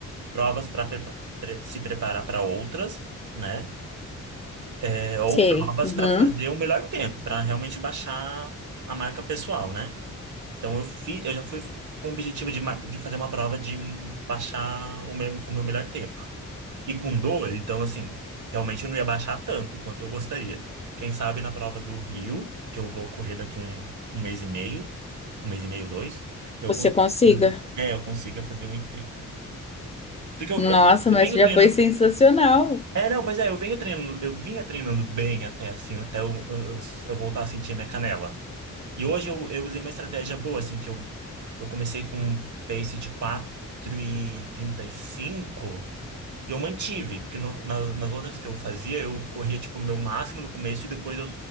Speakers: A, on the right; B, on the left.
A: Provas para se preparar para outras, né? É, ou
B: Sei.
A: provas
B: Uhum.
A: para fazer o melhor tempo, para realmente baixar a marca pessoal, né? Então, eu fiz, eu já fui com o objetivo de, mar- de fazer uma prova de baixar o meu, o meu melhor tempo e com dor, então assim, realmente eu não ia baixar tanto quanto eu gostaria. Quem sabe na prova do Rio, que eu vou correr daqui um, um mês e meio, um mês e meio, dois, eu
B: Você
A: consigo,
B: consiga.
A: é, eu consiga fazer um e trinta Porque eu,
B: Nossa,
A: eu, eu
B: mas
A: venho
B: já
A: treinando.
B: foi sensacional.
A: É, não, pois é, eu venho treinando, eu vinha treinando bem até assim, até eu, eu, eu eu voltar a sentir minha canela. E hoje eu, eu usei uma estratégia boa, assim, que eu, eu comecei com um pace de quatro e e trinta e cinco e eu mantive, porque no- na- nas outras que eu fazia, eu corria, tipo, o meu máximo no começo e depois eu